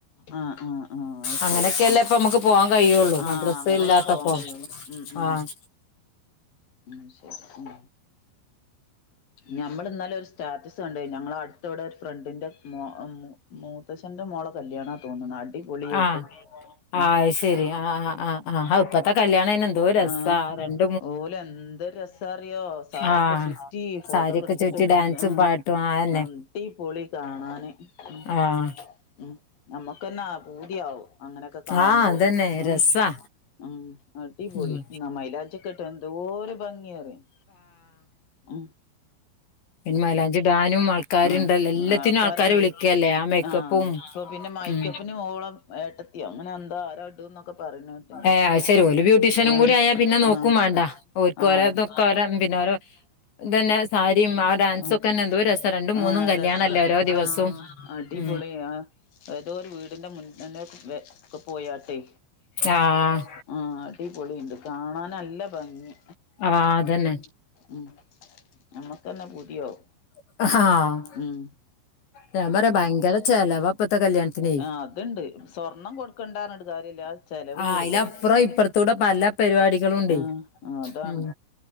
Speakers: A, on the left; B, on the left.
A: ആഹ് ആഹ് ആഹ് അത്
B: അങ്ങനെയൊക്കെല്ല
A: ശരി ഉം
B: ഇപ്പ നമുക്ക്. പോവാാൻ കയുള്ളു
A: ആഹ്
B: മദ്രസ
A: അങ്ങനെന്നെ
B: ഇല്ലാത്തപ്പം
A: പോവാൻ കഴിയുള്ളു ഉം ഉം
B: ആഹ്-
A: ഉം ശരി ഉം. ഞമ്മൾന്നിലെഒരുസ- സ്റ്റാറ്റസ് കണ്ടയ്ന് ഞങ്ങളെ അടുത്തവിടെ ഫ്രണ്ടിന്റെ മ മൂത്തശ്ന്റെ മോള കല്യാണം- തോന്നുണു അടിപൊളിയായിട്ട്.
B: ആഹ്
A: ഉം
B: ആഹ് ശരി ആഹ് ആഹ് ആഹ് ഇപ്പഴത്തെ കല്യാണന് എന്തോരു രസാ
A: ആഹ്
B: രണ്ട്
A: ഓല് എന്ത് രസാ അറിയോ സാരിയൊക്കെ
B: ആഹ്
A: ചുറ്റി. ഫോട്ടോക്കെ
B: സാരിയൊക്കെ
A: എടുത്തിട്ട്
B: ചുറ്റി
A: എന്താ.
B: ഡാൻസും പാട്ടും ആഹ് അന്നെ
A: അടിപൊളി കാണാന് ഉം
B: ആഹ്
A: ഉം ഞമ്മക്കെന്നെ പൂതിയാവും അങ്ങനെയൊക്കെ കാണുമ്പോ
B: ആഹ് അതന്നെ
A: ആഹ്
B: രസാ
A: ഉം അടിപൊളി
B: ഉം
A: എന്നാ മൈലാഞ്ചി ഒക്കെ ഇട്ടത് എന്തോര് ഭംഗിയറിയാം. ആഹ്
B: പിന്ന മലാഞ്ചി ഇടാനും ആൾക്ക. ആക്കാരുണ്ടല്ലേ
A: ആഹ്
B: എല്ലാത്തിനും
A: ആൾക്കാര്
B: ആൾക്കാരെ
A: മെയ്
B: വിളിക്കല്ലേ ആ മേക്കപ്പും
A: ആഹ് ഇപ്പൊ പിന്നെ മൈക്കപ്പിന്
B: ഉം
A: ഓളം ഏട്ടത്തിയോ അങ്ങനെ എന്തോ ആരോ ഇടുംന്നൊക്കെ പറയുന്ന കേട്ടീന്
B: ഏന് അയ് ശരി ഓല് ബ്യൂട്ടീഷ്യനും
A: ആഹ്
B: കൂടി ആയാ പിന്നെ നോക്കും
A: ആഹ്
B: വേണ്ട. ഓക്ക
A: ആഹ്
B: ഓതൊക്കെ ഓര പിന്നെഓരോ ഇതന്നെ സാരി,. <unintelligible> ആ ഡാൻസ്
A: ആഹ്
B: ഒക്കെ തന്നെ എന്തോ രസം രണ്ടും
A: ആഹ്
B: മൂന്നും കല്യാണമല്ലേ
A: രസ
B: ഓരോ ദിവസവും
A: ആഹ് അടിപൊളി
B: ഉ.
A: ആഹ് ഏതോ ഒരു വീടിന്റെ മുന്നുന്ന പോയാട്ടെ.
B: ആഹ്
A: ആഹ് അടിപൊളിയുണ്ട് കാണാൻ നല്ല ഭംഗി
B: ആഹ് അതന്നെ.
A: ഉം ഞമ്മക്കന്നെ പൂതിയാവും.
B: ആഹ്
A: ഉം.
B: ഞാൻ പറയാ ഭയങ്കരം ചെലവാ ഇപ്പത്തെ കല്യാണത്തിന് ലെ
A: ആഹ് അതുണ്ട് സ്വർണം കൊടുക്കണ്ടാ പറഞ്ഞിട്ട് കാര്യല്ല ആ ചെലവ്
B: ആ
A: കൂടുതല്
B: അയിലപ്പുറം ഇപ്പറത്തൂടെ പല. പരിപാടികളുണ്ട്
A: ആഹ്
B: ഉണ്ട്
A: അതാണ്
B: ഉം